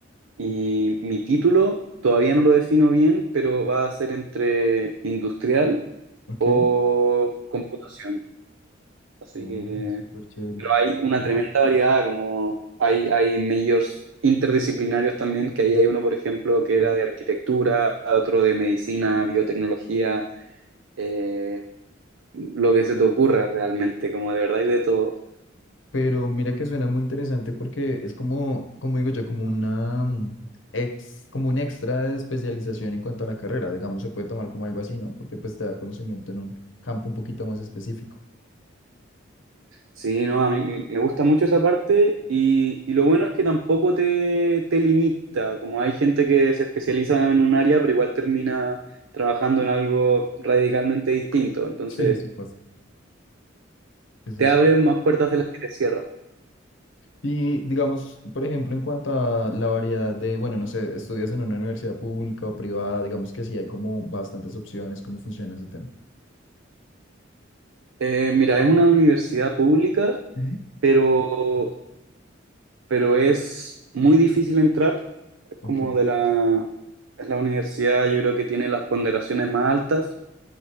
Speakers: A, on the right; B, on the left.
A: y mi título todavía no lo defino bien, pero va a ser entre industrial
B: ok.
A: o computación. Así
B: Oh,
A: que,
B: súper chévere.
A: pero hay una tremenda variedad, como hay, hay majors interdisciplinarios también, que ahí hay uno, por ejemplo, que era de arquitectura, otro de medicina, biotecnología, eh, lo que se te ocurra realmente, como de verdad y de todo.
B: Pero mira que suena muy interesante porque es como, como digo yo, como una mm, ex, como un extra de especialización en cuanto a la carrera, digamos, se puede tomar como algo así, ¿no? Porque pues te da conocimiento en un campo un poquito más específico.
A: Sí, no, a mí me gusta mucho esa parte y, y lo bueno es que tampoco te, te limita, como hay gente que se especializa en un área, pero igual termina trabajando en algo radicalmente distinto, entonces
B: Sí, eso pasa. Eso
A: te
B: sí.
A: abren más puertas de las que te cierran.
B: Y digamos, por ejemplo, en cuanto a la variedad de, bueno, no sé, estudias en una universidad pública o privada, digamos que sí hay como bastantes opciones, cómo funciona ese tema.
A: Eh, mira, es una universidad pública,
B: Ujú.
A: pero, pero es muy difícil entrar, es
B: Ok.
A: como de la, es la universidad yo creo que tiene las ponderaciones más altas